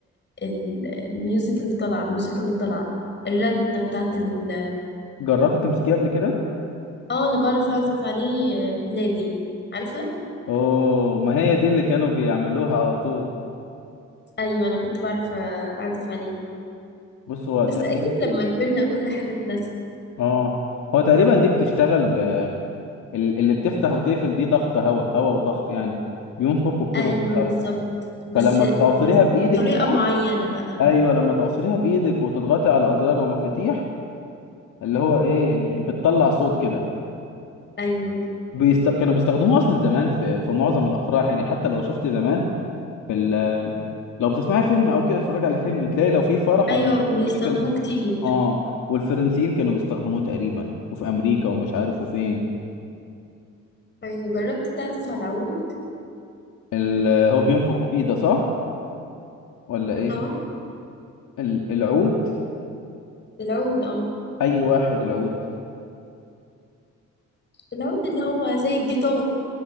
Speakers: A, on the left; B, on the left.
A: ال- الميوزك اللي طالعة الموسيقى اللي طالعة الرنة بتاعت ال
B: جربت تمسكيه قبل كده
A: اه انا بعرف اعزف عليه آه، بلادي عارفها
B: اوه ما هي دي اللي كانوا بيعملوها على طول
A: ايوه انا كنت بعرف آه، اعزف عليه
B: بص هو
A: بس
B: تقريبا
A: اكيد لما كبرنا كل حاجة اتنسي
B: اه هو تقريبا دي بتشتغل ال- اللي بتفتح وتقفل دي ضغط هواء هواء وضغط يعني بينفخ وبتضغط
A: ايوه
B: الهواء
A: بالظبط بس
B: فلما بتعصريها
A: بط-
B: بايدك
A: بطريقة
B: بقى-
A: معينة بقى
B: ايوه لما تعصريها بايدك وتضغطي على ازرار ومفاتيح اللي هو ايه يعني بتطلع صوت كده
A: ايوه
B: بيست... كانوا بيستخدموه اصلا زمان في في معظم الافراح يعني حتى لو شفت زمان في ال... لو بتسمعي فيلم او كده اتفرجي على فيلم تلاقي لو في فرح
A: ايوه
B: ولا حاجة
A: بيستخدموه
B: كده كانوا
A: كتير
B: اه والفرنسيين كانوا بيستخدموه تقريبا وفي امريكا ومش عارف وفين
A: أيوة جربت تعزف على العود
B: ال... هو بينفخوا فيه ده صح ولا ايه
A: اه
B: ال- العود
A: العود اه
B: اي واحد العود
A: العود اللي هو زي الجيتار